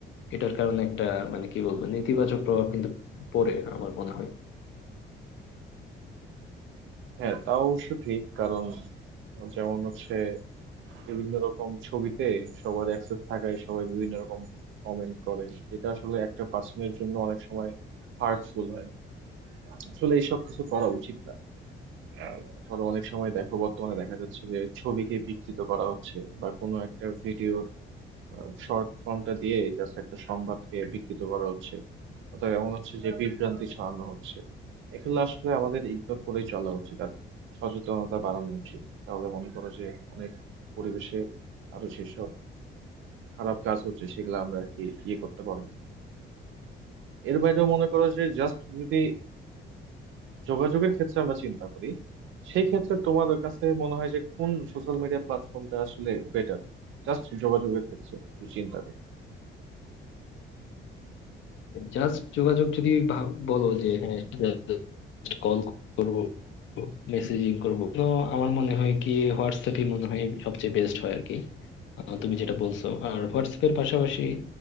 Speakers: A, on the left (about 70°); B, on the right (about 75°).
A: এটার কারণে একটা মানে কি বলবো নেতিবাচক প্রভাব কিন্তু পড়ে আমার মনে হয়
B: হ্যাঁ তা অবশ্য ঠিক কারণ যেমন হচ্ছে বিভিন্ন রকম ছবিতে সবার অ্যাক্সেস থাকায় সবাই বিভিন্ন রকম কমেন্ট করে এটা আসলে একটা পার্সনের জন্য অনেক সময় হার্টফুল হয় আসলে এইসব কিছু করা উচিত না আহ, ধরো অনেক সময় দেখো বর্তমানে দেখা যাচ্ছে যে ছবিকে বিকৃত করা হচ্ছে বা কোনো একটা ভিডিওর শর্ট ফর্মটা দিয়ে জাস্ট একটা সংবাদকে বিকৃত করা হচ্ছে অথবা এমন হচ্ছে যে বিভ্রান্তি ছড়ানো হচ্ছে এগুলো আসলে আমাদের ইগনোর করেই চলা উচিত আর সচেতনতা বাড়ানো উচিত তাহলে মনে করো যে অনেক পরিবেশে আরো যেসব খারাপ কাজ হচ্ছে সেগুলো আমরা আর কি ইয়ে করতে পারবো এর বাইরেও মনে করো যে জাস্ট যদি যোগাযোগের ক্ষেত্রে আমরা চিন্তা করি সেই ক্ষেত্রে তোমার কাছে মনে হয় যে কোন সোশ্যাল মিডিয়া প্ল্যাটফর্মটা আসলে বেটার জাস্ট যোগাযোগের ক্ষেত্রে যদি চিন্তা করি
A: জাস্ট যোগাযোগ যদি ভাব- বলো যে হ্যাঁ জাস্ট কল করব মেসেজিং করব তো আমার মনে হয় কি হোয়াটসঅ্যাপই মনে হয় সবচেয়ে বেস্ট হয় আর কি আহ, তুমি যেটা বলছো আর হোয়াটসঅ্যাপের পাশাপাশি